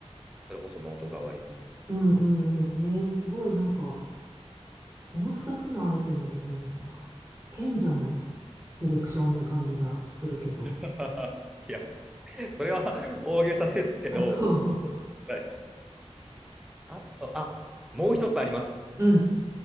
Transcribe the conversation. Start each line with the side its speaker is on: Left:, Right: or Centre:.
Centre: それこそノート代わりで。
Right: うん、うん、うん。へえ、すごい、なんか、この2つのアイテムでもうなんか賢者のセレクションって感じがするけど。
Centre: <laughs> いや、それは <laughs> 大げさですけど、
Right: あ、そ
Centre: はいあと、あ、もう一つあります。
Right: う。<laughs> うん。